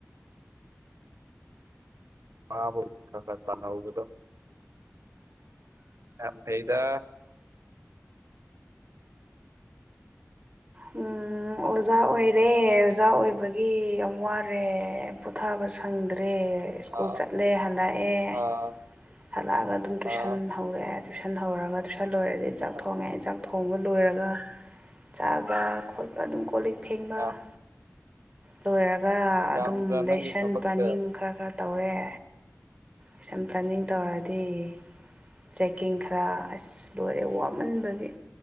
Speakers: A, on the right; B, on the right.
A: ꯃꯥꯕꯨ ꯈꯔ ꯈꯔ ꯇꯥꯅꯧꯕꯗꯣ ꯌꯥꯝ ꯐꯩꯗꯥ
B: ꯎꯝ ꯑꯣꯖꯥ ꯑꯣꯏꯔꯦ ꯑꯣꯖꯥ ꯑꯣꯏꯕꯒꯤ ꯌꯥꯝ ꯋꯥꯔꯦ ꯄꯨꯊꯥꯕ ꯁꯪꯗ ꯗ꯭ꯔꯦ ꯁ꯭ꯀꯨꯜ
A: ꯑꯥ
B: ꯆꯠꯂꯦ ꯍꯜꯂꯛꯑꯦ
A: ꯑꯥ
B: ꯍꯜꯂꯛꯑꯒ ꯑꯗꯨꯝ ꯇꯨꯏꯁꯟ
A: ꯑꯥ
B: ꯍꯧꯔꯦ ꯔꯦ ꯇꯨꯏꯁꯟ ꯍꯧꯔꯒ ꯇꯨꯏꯁꯟ ꯂꯣꯏꯔꯗꯤ ꯆꯥꯛ
A: ꯑꯁ
B: ꯊꯣꯡꯉꯦ ꯆꯥꯛ ꯊꯣꯡꯕ ꯂꯣꯏꯔꯒ ꯆꯥꯕ ꯈꯣꯠꯄ ꯑꯗꯨꯝ ꯀꯣꯜꯂꯤꯛ ꯐꯦꯡꯕ
A: ꯌꯥꯝ
B: ꯂꯣꯏꯔꯒ
A: ꯌꯥꯝꯗ꯭ꯔ
B: ꯑꯗꯨꯝ ꯂꯦꯁꯟ
A: ꯅꯪꯒꯤ ꯊꯕꯛꯁꯦ
B: ꯄ꯭ꯂꯥꯅꯤꯡ ꯈꯔ ꯈꯔ ꯇꯧꯔꯦ ꯂꯦꯁꯟ ꯄ꯭ꯂꯥꯟꯅꯤꯡ ꯇꯧꯔ ꯗꯤ ꯆꯦꯛꯀꯤꯡ ꯈꯔ ꯑꯁ ꯂꯣꯏꯔꯦ ꯋꯥꯃꯟꯕꯒꯤ